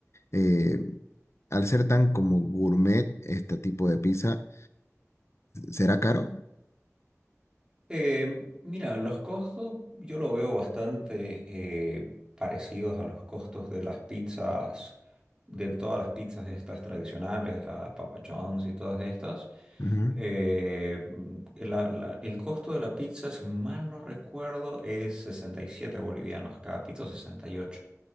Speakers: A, on the left (about 55°); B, on the right (about 15°).
A: eh, al ser tan como gourmet este tipo de pizza, ¿será caro?
B: eh, mira, los costos yo lo veo bastante eh, parecidos a los costos de las pizzas, de todas las pizzas estas tradicionales, la Papa John's y todas estas.
A: Ujú.
B: Eh, la- la- el costo de la pizza, si mal no recuerdo, es 67 bolivianos cada pizza, o 68.